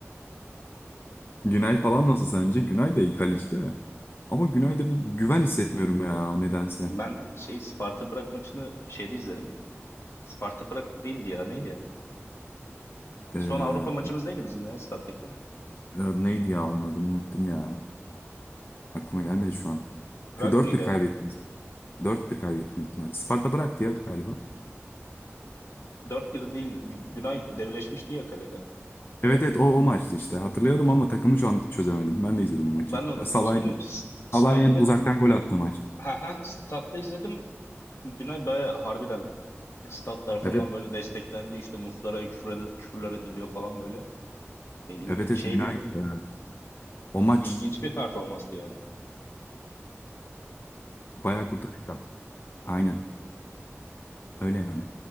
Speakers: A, on the left; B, on the left.
A: Günay falan nasıl sence? Günay da iyi kaleci de. Ama Günay'da bir güven hissetmiyorum ya nedense.
B: Ben şey Sparta Prag maçını şeyde izledim. Sparta Prag değildi ya neydi?
A: Ee,
B: Son Avrupa maçımız neydi bizim ya stattaki?
A: e, neydi ya onun adını unuttum ya. Aklıma gelmedi şu an.
B: Prag
A: Şu dört
B: mıydı?
A: bir kaybetti. Dört bir kaybettiğimiz maç. Sparta bıraktı ya galiba.
B: Dört bir değil Gü- Günay devleşmişti ya kalede.
A: Evet evet o, o maçtı işte. Hatırlıyordum ama takımı şu an çözemedim. Ben de izledim o maçı.
B: Ben de unuttum
A: Salah'ın
B: ismini. S- Statta
A: Salah'ın uzaktan gol attığı maç.
B: ha ha statta izledim. Günay baya harbiden stat tarafından
A: Evet.
B: böyle desteklendi. İşte Muslera'ya küfür, küfürler ediliyor falan böyle. E, in-
A: Evet evet
B: şey
A: Günay.
B: bir
A: e, O maç
B: ilginç bir performanstı yani.
A: bayağı kurtarıyor. Aynen. Öyle yani.